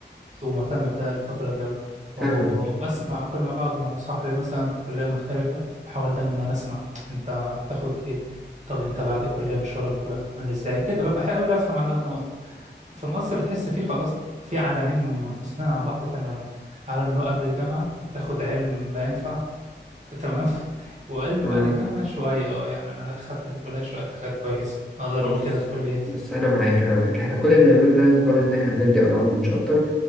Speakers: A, on the right; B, in the centre.
A: ومهتم بده الفتره دي قوي وبس
B: فاهمك
A: مع كل ما بقعد مع صاحبي مثلا في كليه مختلفه بحاول دايما ان انا اسمع انت بتاخد ايه طب انت بعد الكليه مشوارك بيبقى عامل ازاي كده بقى بحاول افهم على قد ما اقدر في مصر تحس فيه خلاص في عالمين منفصلين عن بعض تماما عالم اللي هو قبل الجامعة بتاخد علم لا ينفع تمام <laughs> وعلم
B: مم.
A: بعد الجامعة شوية اه يعني أنا خدت في الكلية شوية حاجات كويسة أقدر
B: بص
A: أقول كده في كليتي
B: بس انا معاك انا معاك احنا كل اللي بنعمله ده مجرد ان احنا بندي ارقام مش اكتر